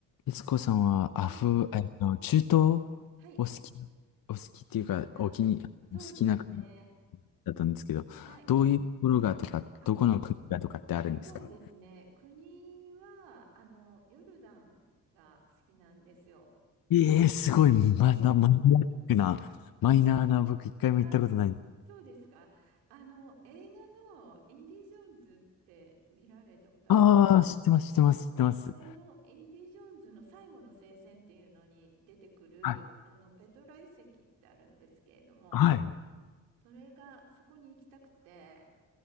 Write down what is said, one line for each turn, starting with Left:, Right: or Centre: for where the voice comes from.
Left: 悦子さんはアフ、
Right: はい。
Left: えっと、中東お
Right: はい。
Left: 好き、お好きっていうか、
Right: あ、
Left: お気に、好きな国
Right: そうですね。
Left: だったんですけど、
Right: はい。
Left: どういうところがとか、
Right: あ、
Left: どこの国がとかってあるんですか
Right: そうですね。国は、あの、ヨルダンが好きなんですよ。
Left: ええーすごい、まだマニアックな、マイナーな僕一回も行ったことない。
Right: あ、そうですか。あの、映画のインディ・ジョーンズって見られたことあります。
Left: ああ、知ってます、知ってます、知ってます。
Right: あれのインディ・ジョーンズの最後の聖戦っていうのに出てくる、
Left: はい、
Right: あの、ペトラ遺跡ってあるんですけれども、
Left: はい。
Right: それが、そこに行きたくて、